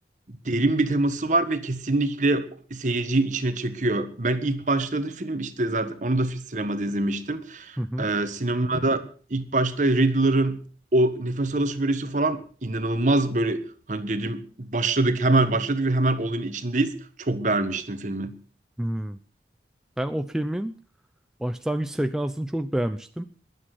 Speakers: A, on the right; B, in the centre.
A: derin bir teması var ve kesinlikle seyirciyi içine çekiyor. Ben ilk başladığı film işte zaten onu da sinemada izlemiştim.
B: Hı hı.
A: Ee, sinemada ilk başta Riddler'ın o nefes alışı bölüsü falan inanılmaz böyle hani dedim başladık hemen başladık ve hemen olayın içindeyiz. Çok beğenmiştim filmi.
B: Hmm. Ben o filmin başlangıç sekansını çok beğenmiştim.